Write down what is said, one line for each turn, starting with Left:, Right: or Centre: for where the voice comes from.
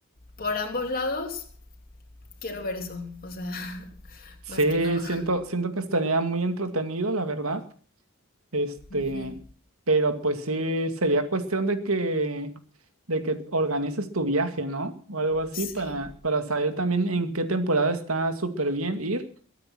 Left: por ambos lados quiero ver eso, o sea, <laughs>
Right: Sí,
Left: más que nada.
Right: siento, siento que estaría muy entretenido, la verdad. Este,
Left: Ujú.
Right: pero pues sí, sería cuestión de que, de que organices tu viaje, ¿no? O algo así
Left: Sí,
Right: para, para saber también en qué temporada está súper bien ir,